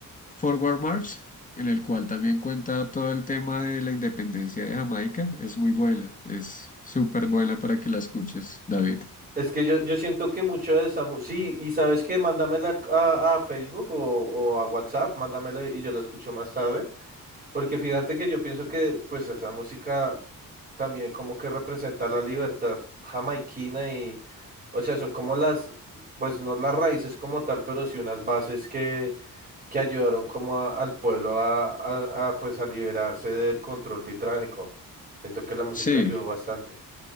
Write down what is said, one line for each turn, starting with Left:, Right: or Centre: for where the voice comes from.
Left: Forward March, en el cual también cuenta todo el tema de la independencia de Jamaica. Es muy buena, es súper buena para que la escuches, David.
Right: Es que yo, yo siento que mucho de esa... mu- Sí, y ¿sabes qué? Mándamela al- a, a Facebook o, o a WhatsApp, mándamela y yo la escucho más tarde, porque fíjate que yo pienso que pues esa música también como que representa la libertad jamaiquina y, o sea, son como las, pues no las raíces como tal, pero sí unas bases que, que ayudaron como a- al pueblo a, a, a, pues a liberarse del control británico. Siento que la música
Left: Sí.
Right: ayudó bastante.